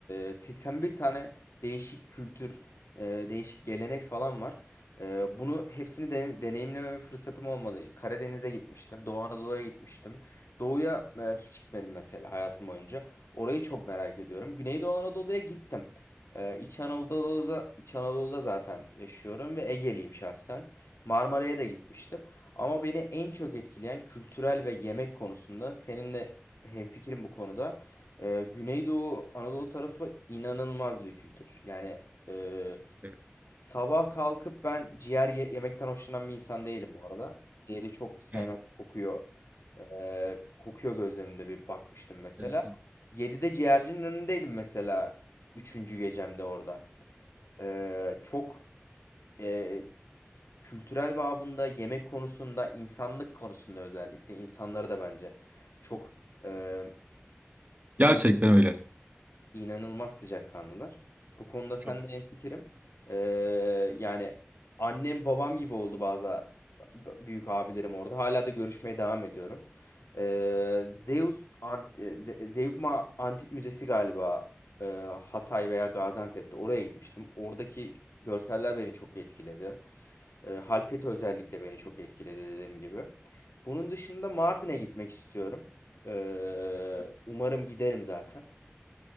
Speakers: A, on the left; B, on the right.
A: e, 81 tane değişik kültür, e, değişik gelenek falan var. E, bunu hepsini de, deneyimleme fırsatım olmadı. Karadeniz'e gitmiştim, Doğu Anadolu'ya gitmiştim. Doğu'ya e, hiç gitmedim mesela hayatım boyunca. Orayı çok merak ediyorum. Güneydoğu Anadolu'ya gittim. E, İç Anadolu'da, İç Anadolu'da zaten yaşıyorum ve Ege'liyim şahsen. Marmara'ya da gitmiştim. Ama beni en çok etkileyen kültürel ve yemek konusunda seninle hemfikirim bu konuda. Ee, Güneydoğu Anadolu tarafı inanılmaz bir kültür. Yani e,
B: Evet.
A: sabah kalkıp ben ciğer ye- yemekten hoşlanan bir insan değilim bu arada. Ciğeri çok sevmem
B: <laughs>
A: kokuyor. Ee, kokuyor gözlerimde bir bakmıştım mesela.
B: Evet.
A: 7'de ciğercinin önündeydim mesela üçüncü gecemde orada. Ee, çok e, kültürel babında, yemek konusunda, insanlık konusunda özellikle insanları da bence çok e, inan
B: Gerçekten öyle.
A: inanılmaz sıcakkanlılar. Bu konuda sen
B: Çok.
A: de hemfikirim. E, yani annem babam gibi oldu bazı büyük abilerim orada. Hala da görüşmeye devam ediyorum. E, Zeus Ant e, Ze- Zeugma Antik Müzesi galiba e, Hatay veya Gaziantep'te oraya gitmiştim. Oradaki görseller beni çok etkiledi. E, Halfeti özellikle beni çok etkiledi dediğim gibi. Bunun dışında Mardin'e gitmek istiyorum. E, umarım giderim zaten.